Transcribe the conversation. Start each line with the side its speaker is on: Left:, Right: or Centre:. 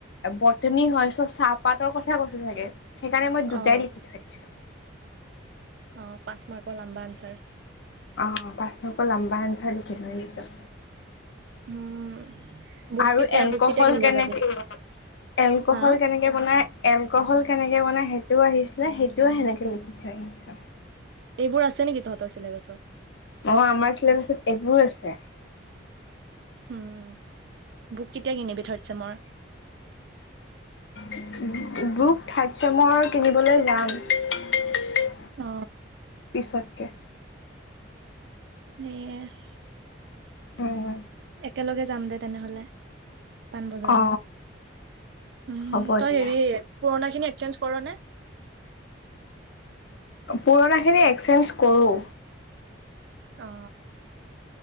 Left: বটনী হয় চ চাহপাতৰ কথা কৈছে চাগে? সেইকাণে মই দুটাই
Right: অ',
Left: লিখি থৈ আইছো ।
Right: অ ', পাঁচ মাৰ্কৰ লাম্বা আনচাৰ ৷
Left: অ পাঁচ ন ক লম্বা আন চাৰ লিখি থৈ আহিছোঁ।
Right: উম, বুক
Left: আৰু
Right: কেতিয়া
Left: এলকহল
Right: বুক কেতিয়া কিনিব
Left: কেনেকে
Right: যাবি?
Left: - এলকহল
Right: হা?
Left: কেনেকে বনাই -এলকহল কেনেকে বনাই সেইটোও আহিছিলে সেইটোও সেনেকে লিখি থৈ আহিছো।
Right: এইবোৰ আছে নেকি তহঁতৰ চিলেবাছত?
Left: নহ আমাৰ চিলেবচত এইবোৰ আছে <unintelligible>
Right: উম' বুক কেতিয়া কিনিবি থাৰ্ড ছেমৰ?
Left: ম বু- থাৰ্ড ছেমৰ কিনিবলৈ যাম ৷
Right: অ
Left: ছতকে
Right: সেয় <unintelligible>
Left: উ <unintelligible>
Right: একেলগে যাম দে তেনেহলে ৷ পাণবজাৰত,
Left: অ
Right: উম
Left: হ'ব
Right: তই
Left: দিয়া
Right: হেৰি পুৰণাখিনি এক্সেঞ্জ কৰ নে?
Left: পুৰণা খিনি এক্সচেঞ্জ কৰো ৷
Right: অ